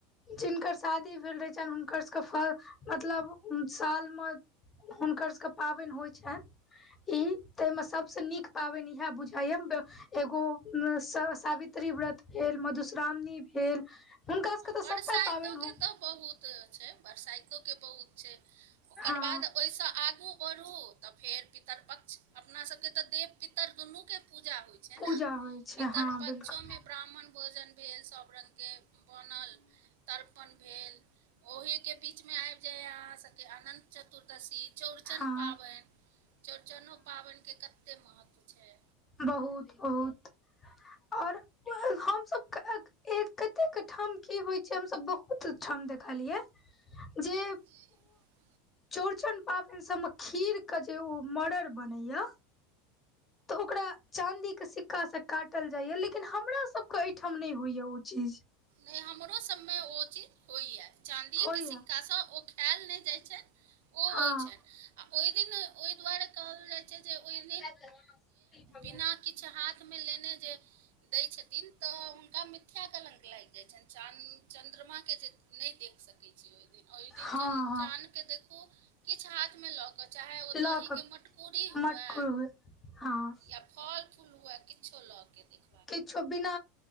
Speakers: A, on the left (about 15°); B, on the right (about 75°).
A: जिनकर शादी भेल रहै छैन, हुनकर सबके फऽ-मतलब साल म हुनकर सबके पाबैन होइ छाइन? ई तैइ में सब स नीक पाबैन इहैऽ बुझाइ यैऽ, बे एगो स-सावित्री व्रत भेल, मधुस् श्रामणी भेल, हुनका सबके तऽ
B: बरसाइतो
A: सबटा पाबैन
B: के
A: हो
B: तऽ बहुत छै, बरसाइतो के बहुत छै, ओकर
A: हँ
B: बाद ओइ स आगू बर् हु तऽ फेर पितरपक्ष, अपना सबके तऽ देव-पितर दुनू के पूजा होइ छै न,
A: पूजा होइ छै
B: पितरपक्षो
A: हँ बिल्कुल
B: में ब्राह्मण भोजन भेल सब रंग के बनल, तर्पण भेल। ओही के बीच में आइब जाय यैऽ अहाँ सबके अनंत चतुर्दशी, चौड़चन
A: हँ
B: पाबैन, चौड़चनो पाबनि के कत्ते महत्व छै।
A: बहुत-बहुत, और हमसब क एक कतेक ठाम की होइ छै, हम सब बहुत ठाम देखलियै जे
B: <unintelligible>
A: चौरचन पाबनि सब म खीर क जे ओ मड़ड़ बनैये त ओकरा चाँदी क सिक्का सँ काटल जाइये, लेकिन हमरा सब क ओइठां नै होइये ओ चीज।
B: नै हमरो सब में ओ चीज होइये चाँदीये
A: होइया
B: क सिक्का सँ ओ पेएल नै जाइ छै ओ
A: हँ
B: होइ छनि। आ ओइ दिन ओइ दुवारे कहल जाइ छै जे ओइ
A: <inaudible>
B: बिना किछ हाथ मे लेने जे दै छथिन, तऽ हुनका मिथ्या कलंक लागि जाइ छनि, चान - चन्द्रमा के जे नै देख सकै छी ओइ दिन ओइ
A: हँ
B: दिन चन-
A: हँ
B: चान के देखू, किछ हाथ में लऽ कऽ चाहे ओ
A: लऽ
B: दही
A: कऽ
B: के मटकूरी हुवे
A: मटकुर हुए हँ
B: या फल-फूल हुवे, किछो लऽ कऽ देख
A: किछो बिना